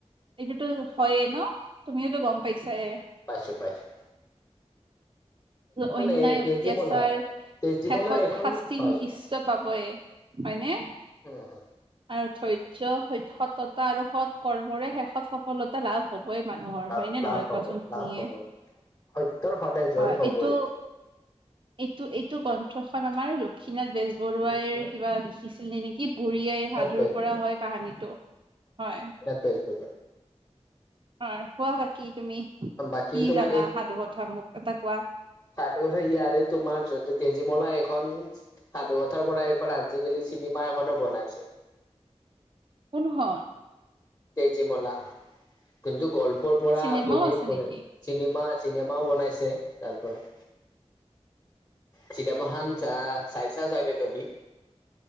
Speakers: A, on the right (about 50°); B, on the left (about 25°).
A: এইটোতো হয়েইে ন? তুমিওতো গম পাইছাই।
B: পাইছোঁ, পাইছোঁ।
A: অন্যায়,
B: এই তেজীমলাত
A: অত্যাচাৰ
B: তেজীমলাৰ
A: শেষত
B: এখন
A: শাস্তি,
B: হয়
A: নিশিষ্ট পাবই। হয়নে?
B: হুম, হুম।
A: আৰু ধৈৰ্য স, সততা আৰু সৎ কৰ্মৰে শেষত সফলতা টা লাভ হ'বই মানুহৰ
B: লাভ
A: হয়, নে,
B: লাভ
A: নহয়
B: হবই
A: কোৱাচোন তুমিয়ে।
B: লাভ হবই সত্যৰ সদায় জয়
A: হয়
B: হ'বই।
A: এইটো এইটো, এইটো গ্ৰন্থখন আমাৰ লক্ষ্মীনাথ বেজবৰুৱাইৰ
B: লক্ষীনাথ
A: কিবা শিকিছিল ননেকি বুঢ়ী আই সাধুৰ
B: বেজবৰুৱা
A: পৰা হয় কাহানীটো, হয়।
B: বেজ বজাৰ।
A: হয়, কোৱা বাকী তুমি
B: বাকী
A: কি
B: তোমাৰ
A: জানা সাধু কথা মোক এটা কোৱা?
B: স, ইয়াৰে তোমাৰ যদি তেজীমলা এখন সাধুকথাৰ পৰা এইখন আজিকালি, চিনেমা এখনো বনাইছে।
A: কোন, খন?
B: তেজীমলা কিন্তু গল্পৰ পৰা
A: চিনেমাও
B: আপুনি
A: আছে নেকি
B: চিনেমা, চিনেমাও বনাইছে তাৰপৰা চীতামান চা, চাইছা চাগে তুমি?